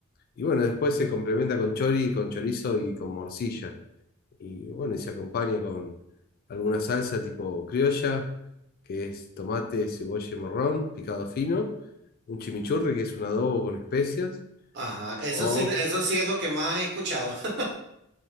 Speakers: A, on the left (about 45°); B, on the right (about 55°).
A: y bueno, después se complementa con chori, con chorizo y con morcilla. Y bueno, y se acompaña con alguna salsa tipo criolla, que es tomate, cebolla y morrón, picado fino, un chimichurri, que es un adobo con especias.
B: Ajá, eso
A: oh
B: sí, eso sí es lo que más he escuchado. <laughs>